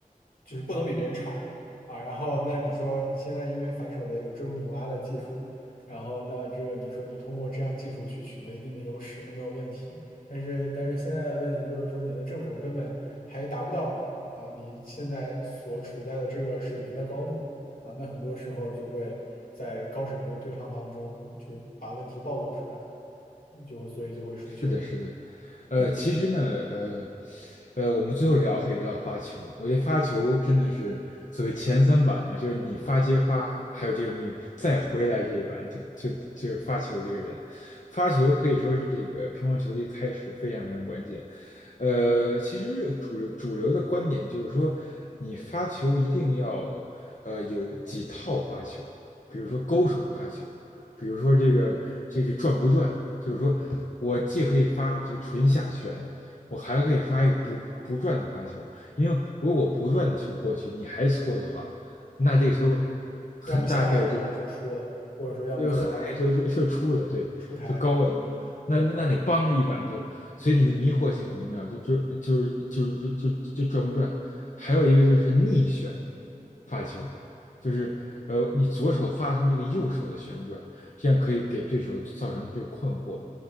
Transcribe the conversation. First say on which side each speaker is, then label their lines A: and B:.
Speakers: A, on the left; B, on the left.
A: 就是不能比别人差。啊，然后那你说你现在因为反手的有这种拧拉的技术，然后那这个你说你通过这样技术去取得一定的优势，那没有问题。但是但是现在的问题就是说你的正手根本还达不到啊你现在所处在的这个水平的高度啊，那很多时候就会在高水平的对抗当中，就是把问题暴露出来，嗯就会所以就会输球。
B: 是的，是的，呃，其实呢，呃，呃，我们最后聊可以聊聊发球，我觉得发球真的是所谓前三板嘛，就是你发接发，还有这个你再回来这一板，就就就是发球这个人，发球可以说是这个乒乓球的一个开始，非常非常关键。呃，其实主流主流的观点就是说，你发球一定要呃有几套发球，比如说勾手发球。
A: 嗯，
B: 比如说这个这个、这转不转，就是说我既可以发这个纯下旋，我还可以发一个不不转的发球，因为如果我不转的球过去，你还搓的话，那这个球很大概就是
A: 要么下网，要么就出了，或者说要么就
B: 就很大概就就就出了，对，
A: 出台。
B: 就高了。
A: 嗯，
B: 那那那你帮着一板就，
A: 对。
B: 所以你的迷惑性很重要，就就就是就是就就就转不转。还有一个就是逆旋发球，就是呃你左手发出这个右手的旋转，这样可以给对手造成这个困惑。